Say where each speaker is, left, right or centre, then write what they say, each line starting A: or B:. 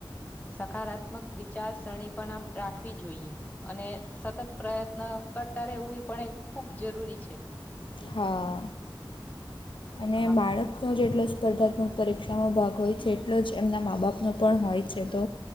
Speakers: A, on the left; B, on the left.
A: સકારાત્મક વિચારસરણી પણ આ રાખવી જોઈએ, અને સતત પ્રયત્ન કરતા રહેવું એ પણ એ ખુબ જરૂરી છે.
B: હા અને
A: હા.
B: બાળકનો જેટલો સ્પર્ધાત્મક પરીક્ષામાં ભાગ હોય છે એટલો જ એમના મા બાપનો પણ હોય છે, તો